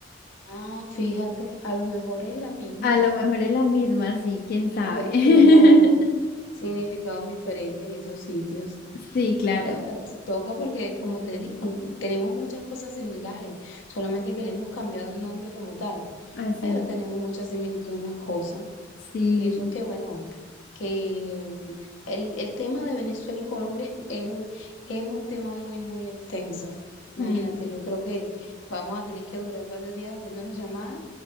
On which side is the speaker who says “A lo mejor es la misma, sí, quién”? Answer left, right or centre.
Left